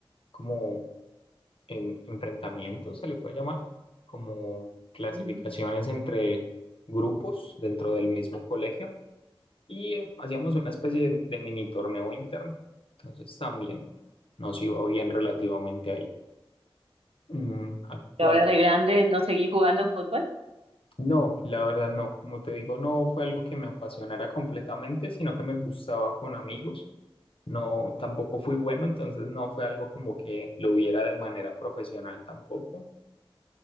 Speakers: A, on the left; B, on the right.
A: como en- enfrentamientos, se le puede llamar, como clasificaciones
B: Ujú.
A: entre grupos dentro del mismo colegio y eh, hacíamos una especie de, de mini torneo interno. Entonces también nos iba bien relativamente ahí. Mm, actual.
B: ¿Y ahora de grande no seguís jugando fútbol?
A: No, la verdad no. Como te digo, no fue algo que me apasionara completamente, sino que me gustaba con amigos. No, tampoco fui bueno, entonces no fue algo como que lo hubiera de manera profesional tampoco.